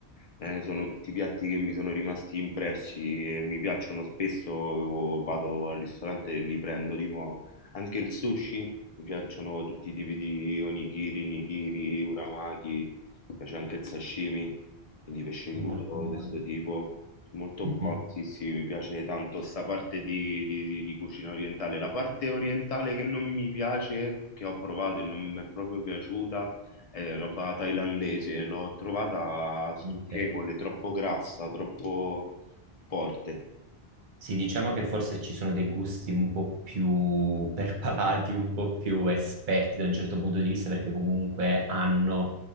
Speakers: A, on the left; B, on the right.
A: eh, sono tutti piatti che mi sono rimasti impressi e mi piacciono spesso, o vado al ristorante e li prendo di nuovo. Anche il sushi, mi piacciono tutti i tipi di onigiri, nigiri, uramaki, mi piace anche il sashimi, quindi pesce
B: molto
A: crudo
B: buone.
A: di questo tipo. Molto
B: Mhm,
A: buono, sì, sì, mi piace tanto sta parte di, di- di- di cucina orientale. La parte orientale che non mi piace, che ho provato e non mi è proprio piaciuta, è roba thailandese, l'ho trovata stucchevole,
B: Ok.
A: troppo grassa, troppo forte.
B: Sì, diciamo che forse ci sono dei gusti un po' più <laughs> perpalati, un po' più esperti da un certo punto di vista, perché comunque hanno